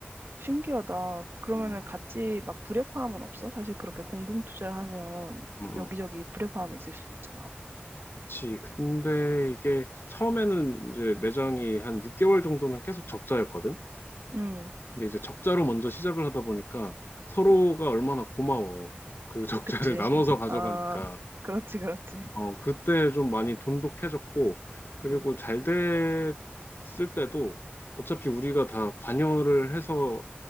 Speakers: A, on the right; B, on the left.
A: 신기하다. 그러면은
B: 음,
A: 같이 막 불협화음은 없어? 사실 그렇게 공동 투자를 하면
B: 음,
A: 여기저기
B: 음.
A: 불협화음이 있을 수도 있잖아.
B: 그치. 근데 이게 처음에는 이제 매장이 한 6개월 정도는 계속 적자였거든?
A: 음,
B: 근데 이제 적자로 먼저 시작을 하다 보니까 서로가
A: 음,
B: 얼마나 고마워. 그 적자를
A: 그치.
B: <laughs> 나눠서 가져가니까.
A: 아, 그렇지, 그렇지.
B: 어, 그때 좀 많이 돈독해졌고, 그리고
A: 음,
B: 잘 됐을 때도 어차피 우리가 다 관여를 해서